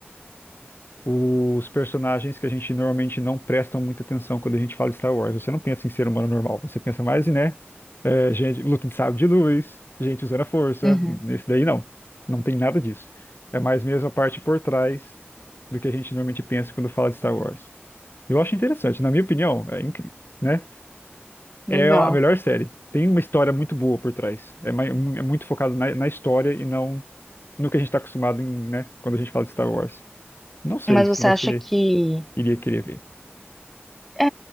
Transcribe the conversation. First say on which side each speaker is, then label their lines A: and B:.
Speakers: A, on the left; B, in the centre.
A: os personagens que a gente normalmente não prestam muita atenção quando a gente fala Star Wars. Você não pensa em ser humano normal, você pensa mais, em, né? é, gente, luta de sabre de luz, gente usando a força.
B: uhum,
A: Nesse daí não. Não tem nada disso. É mais mesmo a parte por trás do que a gente normalmente pensa quando fala de Star Wars. Eu acho interessante, na minha opinião, é incrível, né?
B: legal.
A: É a melhor série. Tem uma história muito boa por trás. É, mai- é muito focado na, na história e não no que a gente está acostumado em, né, quando a gente fala de Star Wars. Não sei
B: Mas
A: se
B: você
A: você
B: acha que.
A: iria querer ver.
B: É,